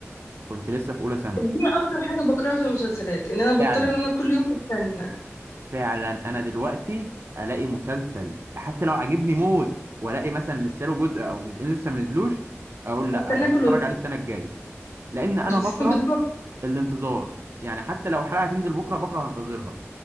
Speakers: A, on the right (about 55°); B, on the left (about 85°).
A: كنت لسه في اولى ثانوي
B: دي اكتر حاجة بكرهها في المسلسلات ان انا بضطر
A: فعلا
B: ان انا كل يوم استنى
A: فعلا انا دلوقتي الاقي مسلسل حتى لو عجبني موت والاقي مثلا لسه له جزء او جزئين لسه ما نزلوش اقول لا
B: استناه
A: هتفرج
B: كله يخلص
A: عليه السنه الجايه لان انا
B: <laughs>
A: بكره
B: بالظبط
A: الانتظار يعني حتى لو حلقه هتنزل بكره بكره هنتظرها